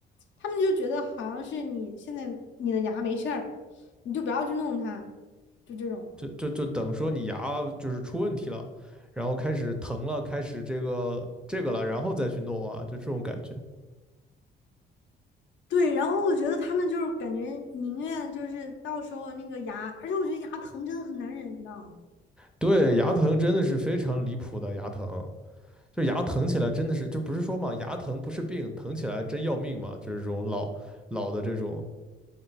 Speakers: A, on the left (about 70°); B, in the centre.
A: 他们就觉得好像是你现在你的牙没事儿。你就不要去弄它，就这种。
B: 就就就等说你牙就是出问题了，然后开始疼了，开始这个这个了，然后再去弄啊，就这种感觉。
A: 对，然后我觉得他们就是感觉宁愿就是到时候那个牙，而且我觉得牙疼真的很难忍的，
B: 对，牙疼真的是非常离谱的，牙疼。就牙疼起来真的是，就不是说嘛，牙疼不是病，疼起来真要命嘛，就是这种老老的这种